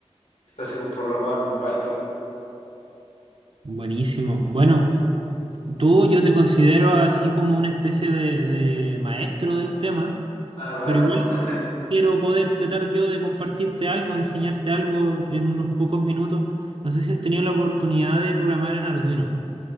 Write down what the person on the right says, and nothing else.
Buenísimo. Bueno, tú yo te considero así como una especie de, de maestro del tema,
pero igual
quiero poder tratar yo de compartirte algo, enseñarte algo en unos pocos minutos. No sé si has tenido la oportunidad de programar en Arduino.